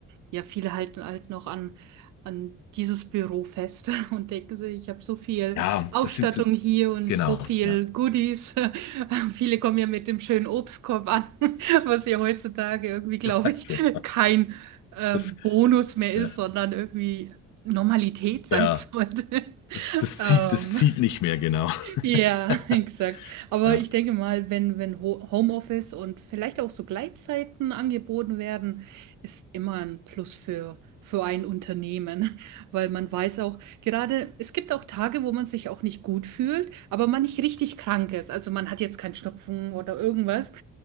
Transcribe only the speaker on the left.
Ja,
das sind, äh,
genau.
Ja. <laughs>
Okay.
Das,
ja,
ja
das, das
zieht, das zieht nicht mehr, genau.
<laughs>
ja,